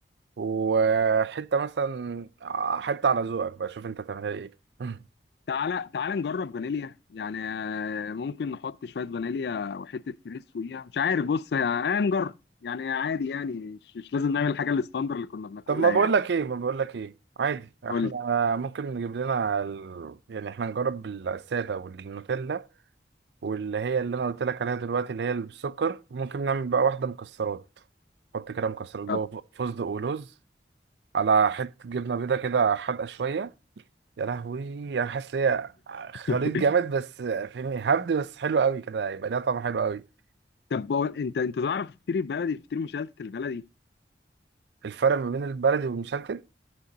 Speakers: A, on the right (about 75°); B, on the left (about 65°).
A: وحتة مثلا آه، حتة على ذوقك بقى شوف أنت تعملها إيه <laughs>
B: تعالى تعالى نجرب فانيليا يعني آه، ممكن نحط شويه فانيليا وحته كريس فوقيها مش عارف بص آه، هنجرب يعني عادي يعني مش, مش لازم نعمل الحاجه الستاندر اللي كنا بناكلها
A: طب ما بقول
B: يعني
A: لك ايه ما بقول لك ايه عادي احنا
B: قول لي.
A: ممكن نجيب لنا ال... يعني احنا نجرب الساده والنوتيلا واللي هي اللي انا قلت لك عليها دلوقتي اللي هي اللي بالسكر ممكن نعمل بقى واحده مكسرات نحط كده مكسرات
B: طب
A: جوه فستق ولوز على حته جبنه بيضه كده حادقه شويه يا لهوي انا حاسس إن هي خليط
B: <laughs>
A: جامد بس فهمني هبد بس حلو قوي كده هيبقى ليها طعم حلو قوي
B: طب بقول انت انت تعرف الفطير البلدي الفطير مشلتت البلدي
A: الفرق ما بين البلدي والمشلتت